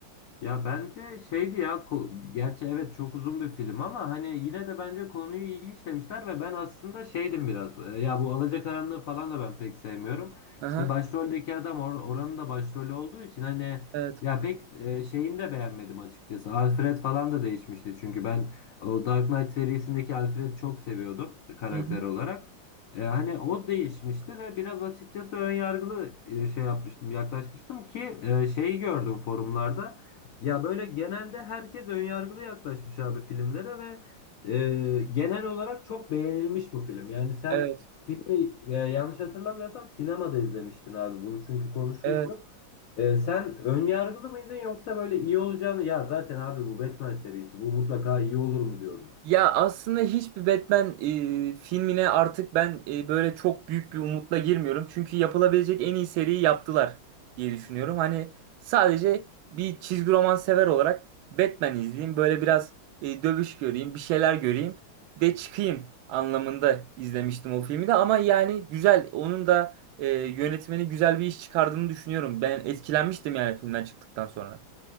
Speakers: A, on the left; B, on the right.
A: Ya bence şeydi ya ko- gerçi evet çok uzun bir film ama hani yine de bence konuyu iyi işlemişler ve ben aslında şeydim biraz e, ya bu Alacakaranlığı falan da ben pek sevmiyorum.
B: Aha,
A: İşte başroldeki adam or- oranın da başrolü olduğu için hani
B: evet.
A: ya pek e, şeyini de beğenmedim açıkçası. Alfred falan da değişmişti çünkü ben o Dark Knight serisindeki Alfred'i çok seviyordum karakter
B: Hı hı.
A: olarak. E, hani o değişmişti ve biraz açıkçası ön yargılı e, şey yapmıştım yaklaşmıştım ki e, şeyi gördüm forumlarda. Ya böyle genelde herkes önyargılı yaklaşmış abi filmlere ve e, genel olarak çok beğenilmiş bu film. Yani sen
B: Evet.
A: filmi e, yanlış hatırlamıyorsam sinemada izlemiştin abi bunu çünkü konuşmuştuk.
B: Evet.
A: E, sen önyargılı mıydın yoksa böyle iyi olacağını ya zaten abi bu Batman serisi bu mutlaka iyi olur mu diyordun?
B: Ya aslında hiçbir Batman e, filmine artık ben e, böyle çok büyük bir umutla girmiyorum. Çünkü yapılabilecek en iyi seriyi yaptılar diye düşünüyorum. Hani sadece bir çizgi roman sever olarak Batman izleyeyim. Böyle biraz e, dövüş göreyim, bir şeyler göreyim de çıkayım anlamında izlemiştim o filmi de. Ama yani güzel, onun da e, yönetmeni güzel bir iş çıkardığını düşünüyorum. Ben etkilenmiştim yani filmden çıktıktan sonra.